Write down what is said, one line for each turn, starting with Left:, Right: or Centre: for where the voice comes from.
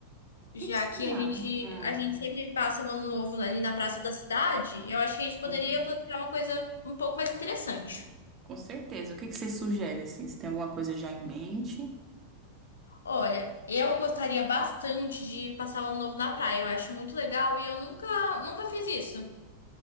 Left: Já
Right: que que você...
Left: que
Right: tá?
Left: a gente,
Right: Ah,
Left: a gente
Right: hum,
Left: sempre passa o ano novo ali na praça da cidade, eu acho que a gente poderia
Right: hum.
Left: planejar uma coisa um pouco mais interessante.
Right: Com certeza. O que que você sugere, assim? Você tem alguma coisa já em mente?
Left: Olha, eu gostaria bastante de passar o ano novo na praia, eu acho muito legal e eu nunca, nunca fiz isso.